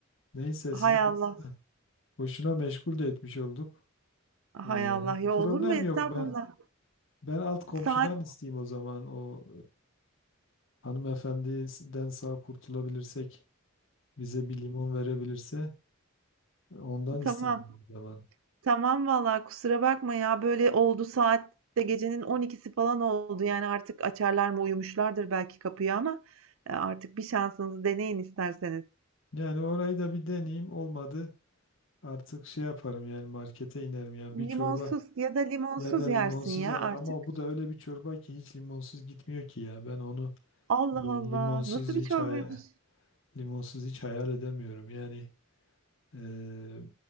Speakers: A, on the left (about 65°); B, on the right (about 75°).
A: Neyse
B: Hay
A: sizi
B: Allah.
A: boş Boşuna meşgul de etmiş olduk.
B: Hay
A: Ee,
B: Allah. Ya olur
A: problem
B: mu? Estağfurullah.
A: yok ben. Ben alt komşudan
B: Saat
A: isteyeyim o zaman. O e, hanımefendiden sağ kurtulabilirsek, bize bir limon verebilirse ondan
B: tamam.
A: isteyeyim o zaman.
B: Tamam valla kusura bakma ya böyle oldu saat de gecenin 12'si falan oldu yani artık açarlar mı uyumuşlardır belki kapıyı ama e, artık bir şansınızı deneyin isterseniz.
A: Yani orayı da bir deneyeyim. Olmadı. Artık şey yaparım yani markete inerim ya bir çorba
B: Limonsuz ya da limonsuz
A: ya da limonsuz
B: yersin ya
A: ama
B: artık.
A: bu da öyle bir çorba ki hiç limonsuz gitmiyor ki ya. Ben onu
B: Allah
A: li-
B: Allah
A: limonsuz
B: nasıl bir
A: hiç
B: çorbaymış?
A: hay- limonsuz hiç hayal edemiyorum. Yani Eee,